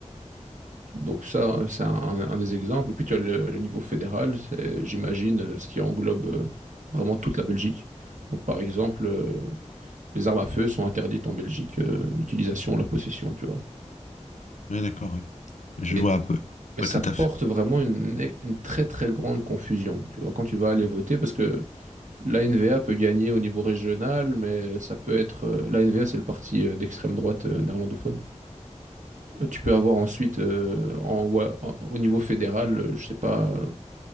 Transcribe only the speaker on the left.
Oui, d'accord, oui. Je
vois un peu, je
vois
tout
à fait.